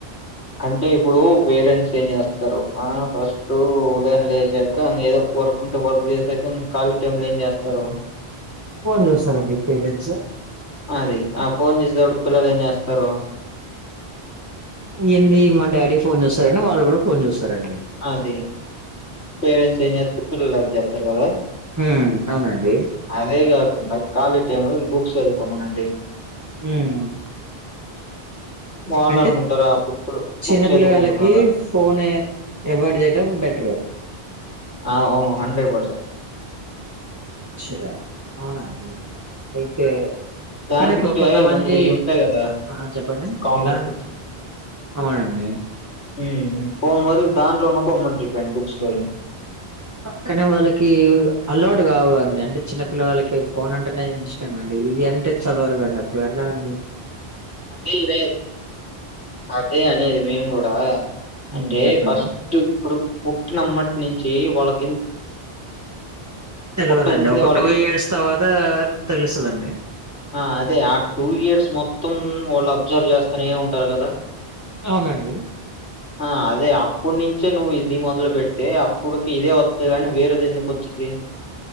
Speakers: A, on the left; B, on the right.
A: అంటే ఇప్పుడు పేరెంట్స్ ఏం చేస్తారు ఆ ఫస్టు ఉదాయం లేచా కా ఏదో వర్క్ ఉంటే వర్క్ చేసాక ఖాళీ టైమ్ లో ఏం చేస్తారు
B: ఫోన్ చూస్తారండి పేరెంట్స్
A: అది ఆ ఫోన్ చుసేటప్పుడు పిల్లలు ఏం చేస్తారు
B: ఏంది మా డాడీ ఫోన్ చుస్తారని వాళ్ళు కూడా ఫోన్ చూస్తారండి
A: అదే పేరెంట్స్ ఏం చేస్తే పిల్లలది జెత్తారు కదా
B: ఊమ్ అవునండి
A: అదే కాకుండా ఖాళీ టైం లో బుక్స్ చదువుకోమనండి
B: ఊమ్
A: వాళ్ళు
B: అంటే
A: అనుకుంటారా బుక్లు
B: చిన్నపిల్లగాళ్ళకి
A: బుక్స్ చదువుకుంటున్నారు అని
B: ఫోన్ అవాయిడ్ చేయడం బెటరు
A: ఆ అవును హండ్రెడ్ పర్సెంట్
B: శుగ అవునా అండి అయితే
A: దానికంటే
B: కానీ కొంతమంది
A: ముందు ఇవి ఉంటాయి కదా
B: ఆ చెప్పండి
A: కామిక్
B: ఎలా అన్న అవునండి
A: ఉ ఫోన్ బదులు దాంట్లో ఉన్న బొమ్మని గీపోండి బుక్స్ లో
B: కానీ వాళ్ళకి అలవాటు కావు అండి అంటే చిన్నపిల్లగళ్ళకి ఫోన్ అంటేనే ఇష్ మండి ఇయ్యి అంటే చదవరుగాండి అప్పుడు ఎలా అం
A: అదే ఇదే అదే అనేది మేము కూడా
B: ఉమ్
A: అంటే
B: చెప్పండి
A: ఫస్ట్ ఇప్పుడు పుట్టినమ్మటి నుంచి వాళ్ళక్
B: తెలియదండి
A: పుట్టక ముందే
B: ఒక
A: వాళ్ళకి
B: టూ ఇయర్స్ తర్వాత తెలుస్తదండి
A: ఆ అదే ఆ టూ ఇయర్స్ మొత్తం వాళ్ళు అబ్జర్వ్ చేస్తానే ఏ ఉంటారు కదా
B: అవునండి
A: ఆ అదే అప్పుడు నుంచే నువ్వు ఇది మొదలు పెడ్ తే అప్పుడుకి ఇదే వస్తది గాని వేరేది ఎందుకు వచ్చిది